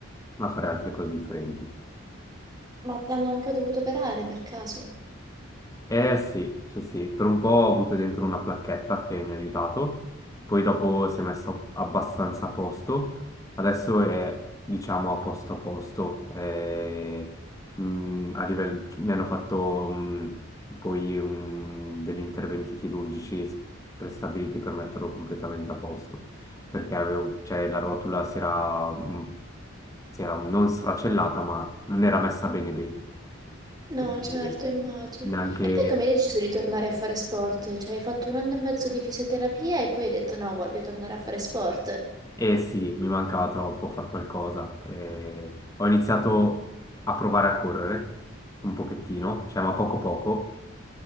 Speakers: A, on the left; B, on the right.
A: a fare altre cose differenti.
B: Ma ti hanno anche dovuto operare per caso?
A: Eh sì, sì, sì, per un po' ho avuto dentro una placchetta che mi ha aiutato, poi dopo si è messo abbastanza a posto, adesso è diciamo a posto a posto, eh, mm, a livello, mi hanno fatto mm, poi mm, degli interventi chirurgici s- prestabiliti per metterlo completamente a posto, perché avevo, cioè, la rotula si era, mm, si era non sfracellata ma non era messa bene bene.
B: No,
A: E
B: certo, immagino.
A: neanche
B: E poi come hai deciso di tornare a fare sport? Cioè, hai fatto un anno e mezzo di fisioterapia e poi hai detto no, voglio tornare a fare sport. Eh,
A: Eh sì, mi mancava troppo far qualcosa. Eh, ho iniziato a provare a correre un pochettino, cioè ma poco poco,